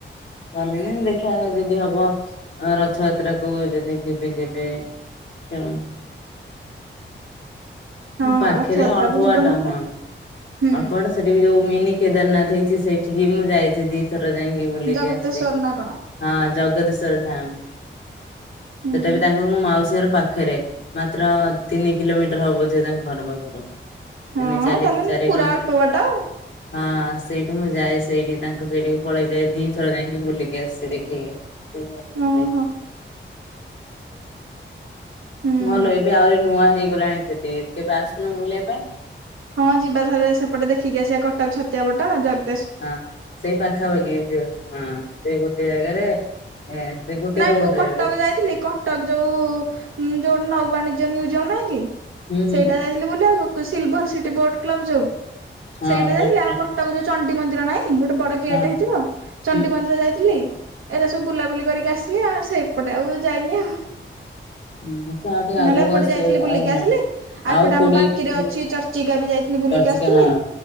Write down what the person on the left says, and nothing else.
ଗଲେନି ଦେଖିଆ ଯଦି ହବ। ଅ ରଥଯାତ୍ରାକୁ ଯଦି ଯିବି ଯିବେ। <unintelligible>
ପାଖେରେ
ଅଳପ
ବାଟ
ହଁ
ଅଳ୍ପ ବାଟ ସ୍ ସେଠି ବି ଯୋଉ ମିନି କେଦାରନାଥ ହେଇଚି ସେଇ ଠିକି ମୁଁ ଯାଇଚି ଦିଥର ଯାଇଁକି ବୁଲିକି
ଆସଛି।
ହଁ ଜଗଦେଶ୍ଵର ଧାମ,
ସେଟା ବି ତାଙ୍କ ମୁଁ ମାଉସୀ ଘର ପାଖରେ। ମାତ୍ର ତିନି କିଲୋମିଟର ହବ ବୋଧେ ତାଙ୍କ ଘର ପାଖରୁ।
ତିନି ଚାରି
ଚାରି କିଲୋମିଟର
ହଁ ସେଇଠୁ ମୁଁ ଯାଏ ସେଇଠି ତାଙ୍କୁ ସେଇଠି ପଳେଇ ଯାଏ ଦିଥର ଯାଇଁକି ବୁଲିକି ଆସିଚି ଦେଖିକି। <unintelligible>
ଭଲ ଏବେ ଆହୁରି ନୂଆ ହେଇଗଲାଣି ସେଟି କେବେ ଆସୁନ ବୁଲିବା ପାଇଁ।
ହଁ ସେଇ ପାଖାପାଖି ହେଇଥିବ ହଁ ସେଇ ଗୋଟିଏ ଜାଗାରେ ସେ ଗୋଟେ
ରୋଡ
ରେ
ଗୋ
ହୁଁ ହୁଁ
ହଁ
ବୋ
ହଁ
ହୁଁ
ହୁଁ ସେ ଆଉ ଟିକେ ଆଗକୁ
ଆସିବେ
ଆଉ ହଁ।
କୋଡିଏ
କିଲୋ
ହଁ
ଚର୍ଚିକା
ହଁ